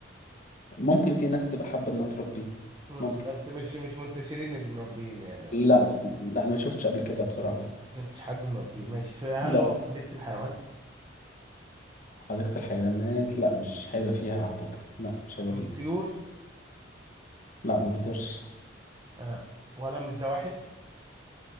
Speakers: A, on the left (about 45°); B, on the right (about 25°).
A: ممكن في ناس تبقى حابة انها تربيه
B: امم
A: ممكن
B: بس مش مش منتشرين اللي مربينه يعني قصدي
A: لا لا انا ما شفتش قبل كده بصراحة يعني
B: ما شفتش حد مربيه ماشي فهل
A: لا
B: هو في حديقة الحيوان؟
A: حديقة الحيوانات لا مش هيبقى فيها اعتقد لا مش هيبقى
B: من
A: فيها
B: الطيور؟
A: لا ما بيطيرش
B: آه. ولا من الزواحف؟